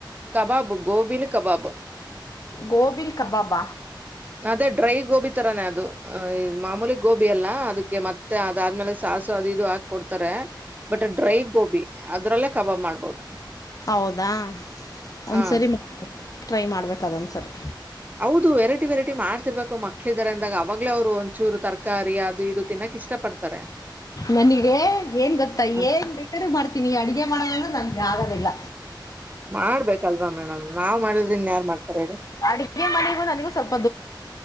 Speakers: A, on the right (about 20°); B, on the left (about 45°).
A: ಕಬಾಬು ಗೋಬಿಲಿ ಕಬಾಬು
B: ಗೋಬಿಲ್ ಕಬಾಬಾ
A: ಅದೇ ಡ್ರೈ ಗೋಬಿ ತರಾನೇ ಅದು ಮಾಮೂಲಿ ಗೋಬಿ ಅಲ್ಲಾ ಅದಕ್ಕೆ ಮತ್ತೆ ಅದಾದ್ಮೇಲೆ ಸಾಸು ಅದ ಇದು ಹಾಕ್ ಕೊಡ್ತಾರೆ ಬಟ್ ಡ್ರೈ ಗೋಬಿ ಅದ್ರಲ್ಲೇ ಕಬಾಬ್ ಮಾಡ್ಬೋದು
B: ಹೌದಾ ಒಂದ್ಸರಿ
A: ಹಾ
B: ಟ್ರೈ ಮಾಡ್ಬೇಕ ಅದೊಂದ್ಸರಿ
A: ಹೌದು ವೆರೈಟಿ ವೆರೈಟಿ ಮಾಡ್ತಿರ್ಬೇಕು ಮಕ್ಳ ಇದಾರೆ ಅಂದಾಗ ಅವಾಗ್ಲ ಅವರು ಚೂರು ತರಕಾರಿ ಅದು ಇದು ತಿನ್ನಕ್ ಇಷ್ಟ ಪಡ್ತಾರೆ
B: ನನಗೆ ಏನ್ ಗೊತ್ತಾ
A: ಹ,
B: ಏನ್ ಬೇಟರು ಮಾಡ್ತೀನಿ ಅಡಗೆ ಮಾಡೋ ನನ್ ಯಗೊಂಡಿಲ್ಲ
A: ಮಾಡ್ಬೇಕಲ್ವಾ ಮೇಡಮ್ ನಾವ್ ಮಾಡಿದ್ರಿ ಇನ್ಯಾರ್ ಮಾಡ್ತಾರೆ ಹೇಳಿ
B: ಅಡಿಗೆ ಮನೆಗೂ ನನಗೂ ಸ್ವಲ್ಪ